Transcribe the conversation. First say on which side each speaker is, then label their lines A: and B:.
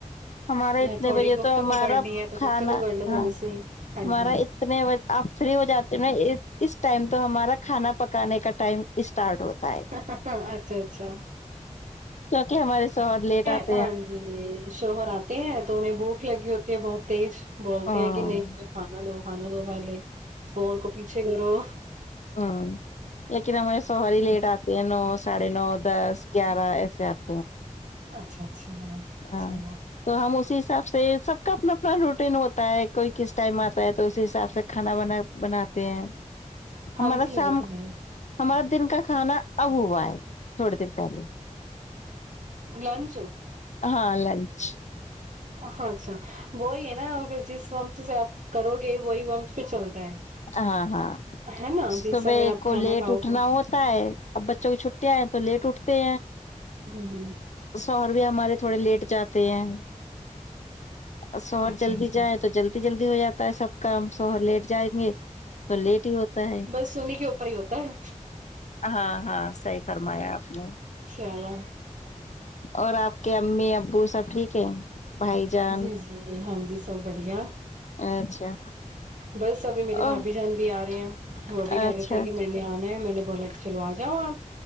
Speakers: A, on the left (about 65°); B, on the right (about 75°).
A: ہمارا اتنے
B: تھوڑی
A: بجے
B: گفتگو
A: تو ہمارا
B: کرنی ہے تو
A: کھانا
B: گفتگو کر لو
A: ہاں
B: تھوڑی
A: ہمارا
B: سی ہاں جی ہاں
A: اتنے بجے آپ فری ہو جاتے ہو نا اس ٹائم تو ہمارا کھانا پکانے کا ٹائم اسٹارٹ ہوتا ہے
B: جی اچھا اچھا
A: کیونکہ ہمارے سو لیٹ آتا
B: <unintelligible> تے ہیں تو انہیں بھوک لگی ہوتی ہے بہت تیز بولتے
A: ہ
B: ہیں کہ نہیں مجھے کھانا دو بان دو پہلے فون کو پیچھے کرو
A: ہ لیکن ہمارے سر لیٹ آتے ہیں ن ساڑھے نو دس گیارہ اس <unintelligible>
B: اچھا اچھا
A: ہاں
B: چلو
A: تو ہم اسی حساب سے سے سب کا اپنا اپنا روٹین ہوتا ہے کوئی کس ٹائم آتا ہے تو اسی حساب سے کانا ب بناتے ہیں
B: ہاں
A: ہمارا
B: جی
A: شام
B: وہ تو ہے
A: ہمارا دن کا کھانا اب ہوا ہے تھوڑی دیر پہلے
B: لنچو
A: ہاں لنچ
B: ہاں اچھا وہی ہے نا پھر جس وقت سے آپ کرو گے وہی وقت پھر چلتا ہے
A: ہاں ہاں
B: ہے نا جس
A: صبح
B: سمے آپ
A: کو
B: کھانا
A: لیٹ
B: کھاؤ
A: اٹھنا
B: گے
A: ہوتا ہے اب بچوں کی چھٹٹی آئے تو لیٹ اٹھ سے
B: ہمم ہمم
A: سور بھی ہمارے تھوڑے لیٹ جاتے ہیں سو اور
B: اچھا
A: جلدی
B: اچھا
A: جائیں تو جلدی جلدی ہو جاتا ہے سب کام سو لیٹ جائیں گے تو لیٹ ہی ہوتا ہے
B: بس انہیں کے اوپر ہی ہوتا ہے
A: ہاں ہاں صحیح فرمایا آپ نے
B: چلو
A: اور آپ کے امی ابو سب ٹھیک ہے بھائی جان
B: جی جی ہاں جی سب بڑھیا
A: اچھا
B: بس ابھی میرے
A: اور
B: بھابھی جان بھی آ رہے ہیں وہ
A: اچھا
B: بھی کہہ رہے تھے
A: اچھا
B: کہ میں نے آنا ہے میں نے بولا چلو آ جاؤ آپ